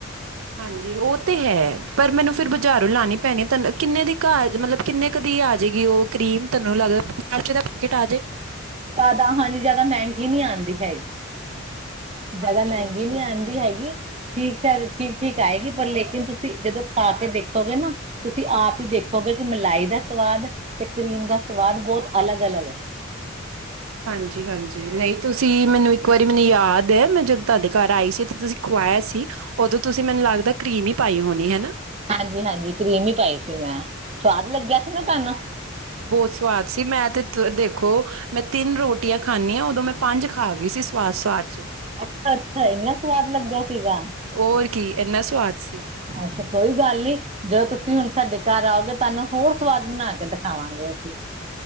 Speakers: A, on the right (about 80°); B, on the right (about 30°).
A: ਹਾਂਜੀ ਓ ਤੇ ਹੈ। ਪਰ ਮੈਨੂੰ ਫਿਰ ਬਾਜ਼ਾਰੋਂ ਲਾਣੀ ਪੈਣੀ ਤਨੂੰ ਕਿੰਨੇ ਦੀ ਘਾ ਮਤਲਬ ਕਿੰਨੇ ਕ ਦੀ ਆਜੇਗੀ ਓ ਕਰੀਮ ਤਨੂੰ ਲੱਗਦਾ ਪੰਜਾਹ ਰੁਪਏ ਦਾ ਪੈਕੇਟ ਆ <unintelligible>
B: ਜਾਦਾ। ਹਾਂਜੀ ਜਾਦਾ ਮੈਂਗੀ ਨੀ ਆਂਦੀ ਹੈਗੀ। ਜਾਦਾ
A: ਅੱਛਾ
B: ਮੈਂਗੀ
A: ਅੱਛਾ
B: ਨੀ ਆਂਦੀ ਹੈਗੀ। ਠੀਕ - ਠੀਕ-ਠੀਕ ਆਏਗੀ। ਪਰ ਲੇਕਿਨ ਤੁਸੀਂ ਜਦੋਂ ਖਾ ਕੇ ਦੇਖੋਗੇ ਨਾ ਤੁਸੀਂ ਆਪ ਈ ਦੇਖੋਗੇ ਕੀ ਮਲਾਈ ਦਾ ਸਵਾਦ। ਤੇ ਕਰੀਮ ਦਾ ਸਵਾਦ ਬੋ ਅਲੱਗ-ਅਲੱਗ।
A: ਹਾਂਜੀ-ਹਾਂਜੀ ਨਈ ਤੁਸੀਂ ਮੈਨੂੰ ਇੱਕ ਵਾਰੀ ਮੈਨੂੰ ਯਾਦ ਐ ਮੈਂ ਜਦੋਂ ਤੁਹਾਡੇ ਘਰ ਆਈ ਸੀ ਤੇ ਤੁਸੀਂ ਖਵਾਇਆ ਸੀ ਓਦੋਂ ਤੁਸੀਂ ਮੈਨੂੰ ਲੱਗਦਾ ਕਰੀਮ ਈ ਪਾਈ ਹੋਣੀ ਹੈਨਾ।
B: ਹਾਂਜੀ-ਹਾਂਜੀ ਕਰੀਮ ਈ ਪਾਈ ਸੀ ਮੈਂ ਸਵਾਦ ਲੱਗਿਆ ਸੀ ਨਾ ਤੁਹਾਨੂੰ।
A: ਬੋਤ ਸਵਾਦ ਸੀ। ਮੈਂ ਤੇ ਤ ਦੇਖੋ ਮੈਂ ਤਿੰਨ ਰੋਟੀਆਂ ਖਾਂਦੀ ਆ ਓਦੋਂ ਮੈਂ ਪੰਜ ਖਾਗੀ ਸੀ ਸਵਾਦ-ਸਵਾਦ ਚ।
B: ਅੱਛਾ-ਅੱਛਾ ਇੰਨਾ ਸਵਾਦ ਲੱਗਿਆ ਸੀਗਾ।
A: ਹੋਰ ਕੀ ਇੰਨਾ ਸਵਾਦ ਸੀ
B: ਹਾਂ ਤੇ ਕੋਈ ਗੱਲ ਨੀ। ਜਦੋਂ ਤੁਸੀਂ ਹੁਣ ਸਾਡੇ ਘਰ ਆਓਗੇ ਤੁਹਾਨੂੰ ਹੋਰ ਸਵਾਦ ਬਣਾ ਕੇ ਦਿਖਾਵਾਂਗੇ ਅਸੀਂ।